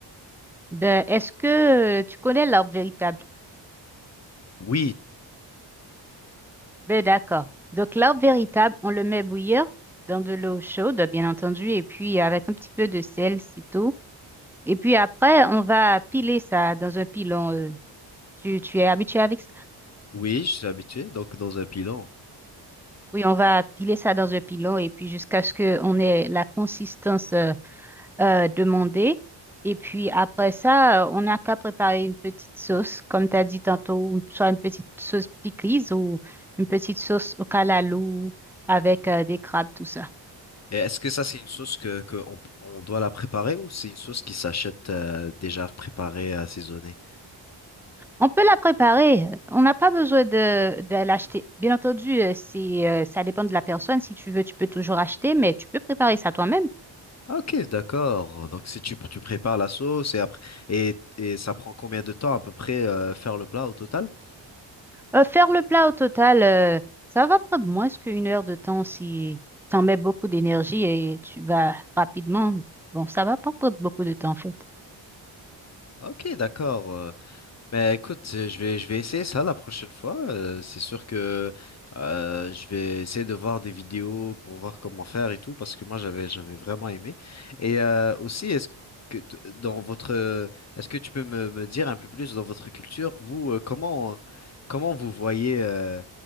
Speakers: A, in the centre; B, on the left (about 35°).
A: Ben, est-ce que euh, tu connais l'arbre véritable?
B: Oui,
A: Ben d'accord. Donc l'arbre véritable, on le met bouillir dans de l'eau chaude, bien entendu, et puis avec un petit peu de sel, c'est tout. Et puis après, on va piler ça dans un pilon. euh, tu, tu es habitué avec ça?
B: Oui, je suis habitué, donc dans un pilon.
A: Oui, on va piler ça dans un pilon et puis jusqu'à ce qu'on ait la consistance euh, euh, demandée. Et puis après ça, euh, on n'a qu'à préparer une petite sauce, comme tu as dit tantôt, une- soit une petite sauce pickles ou une petite sauce au calalou avec euh, des crabes, tout ça.
B: Et est-ce que ça, c'est une sauce que, que on, on doit la préparer ou c'est une sauce qui s'achète euh, déjà préparée, assaisonnée?
A: On peut la préparer. On n'a pas besoin de, de l'acheter. Bien entendu, euh, c'est, euh, ça dépend de la personne. Si tu veux, tu peux toujours acheter, mais tu peux préparer ça toi-même.
B: Ah, Ok, d'accord. Donc si tu, tu prépares la sauce et après et, et ça prend combien de temps à peu près euh, faire le plat au total?
A: Euh, faire le plat au total, euh, ça va prendre moins qu'une heure de temps si tu en mets beaucoup d'énergie et tu vas rapidement. Bon, ça va pas prendre beaucoup de temps, en fait.
B: Ok, d'accord. euh, Mais écoute, euh, je vais, je vais essayer ça la prochaine fois. Euh, c'est sûr que euh, je vais essayer de voir des vidéos pour voir comment faire et tout, parce que moi j'avais, j'avais vraiment aimé. Et euh, aussi, est-ce que t- dans votre, euh, est-ce que tu peux me, me dire un peu plus dans votre culture, vous, euh, comment, comment vous voyez euh,